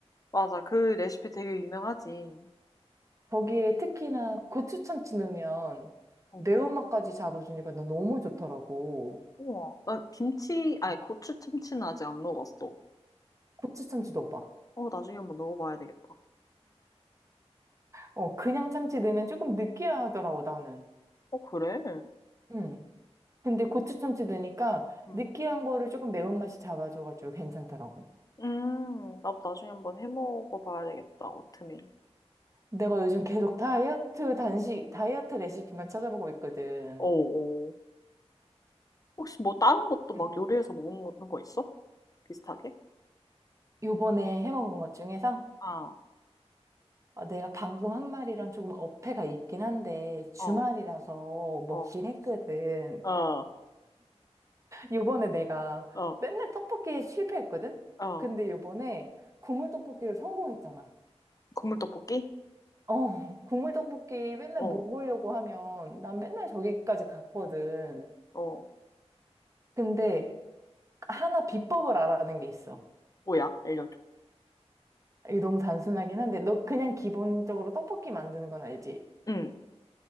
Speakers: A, on the left; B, on the right.
A: 맞아, 그 레시피 되게 유명하지.
B: 거기에 특히나 고추 참치 넣으면
A: 어,
B: 매운맛까지 잡아주니까 나 너무 좋더라고.
A: 우와, 나 김치, 아니
B: 어,
A: 고추 참치는 아직 안 넣어봤어.
B: 고추 참치 넣어봐.
A: 어, 나중에 한번 넣어봐야 되겠다.
B: 어, 그냥 참치 넣으면 조금 느끼하더라고, 나는.
A: 어, 그래?
B: 음. 근데 고추 참치 넣으니까
A: 음.
B: 느끼한 거를 조금 매운맛이 잡아줘가지고 괜찮더라고.
A: 음, 나도 나중에 한번 해 먹어봐야 되겠다, 오트밀.
B: 내가 요즘 계속 다이어트 단식, 다이어트 레시피만 찾아보고 있거든.
A: 어, 어. 혹시 뭐 다른 것도 막
B: 음.
A: 요리해서 먹는 거 있어? 비슷하게?
B: 요번에 해먹은 것 중에서
A: 아,
B: 어, 내가 방금 한 말이랑 조금 어폐가 있긴 한데 주말이라서
A: 어, 어,
B: 먹긴 했거든.
A: 어,
B: 요번에 내가
A: 어,
B: 맨날 떡볶이 실패했거든?
A: 어.
B: 근데 요번에 국물 떡볶이를 성공했잖아.
A: 국물 떡볶이?
B: 어, 국물 떡볶이 맨날
A: 어,
B: 먹으려고 하면 난 맨날 저기까지 갔거든.
A: 어.
B: 근데 하나 비법을 알아낸 게 있어.
A: 뭐야? 알려줘.
B: 이게 너무 단순하긴 한데 너 그냥 기본적으로 떡볶이 만드는 건 알지?
A: 응,